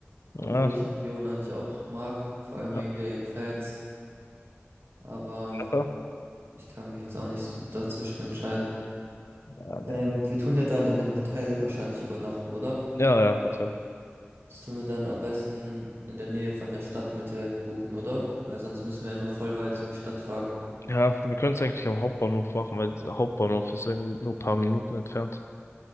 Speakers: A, on the left; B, on the right.
A: Ja,
B: obwohl ich Union eigentlich auch mag, vor
A: ja,
B: allem wegen der ihren Fans. Aber
A: ja,
B: ich kann mich jetzt auch nicht so dazwischen entscheiden.
A: nee.
B: Ähm, wir tun ja dann in einem Hotel wahrscheinlich übernachten, oder?
A: Ja, ja, Hotel.
B: Das tun wir dann am besten in der Nähe von der Stadtmitte buchen, oder? Weil sonst müssen wir immer voll weit in die Stadt fahren.
A: Ja, wir können es eigentlich am Hauptbahnhof machen, weil der Hauptbahnhof ist irgendwie nur ein paar Minuten entfernt.